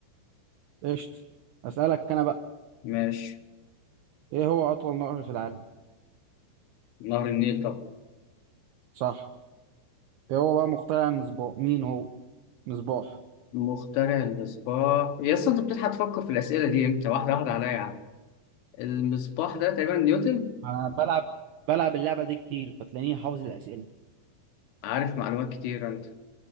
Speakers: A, on the right (about 75°); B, on the left (about 85°).
A: قشطة اسألك انا بقى
B: ماشي
A: ايه هو اطول نهر في العالم
B: نهر النيل طبعا
A: صح ايه هو بقى مخترع المصباح مين هو مصباح
B: مخترع المصباح يا اسطى انت بتلحق تفكر في الاسئله دي امتى واحده واحده عليا يا عم المصباح ده تقريبا نيوتن
A: انا بلعب بلعب اللعبة دي كتير فتلاقيني حافظ الأسئلة
B: عارف معلومات كتير انت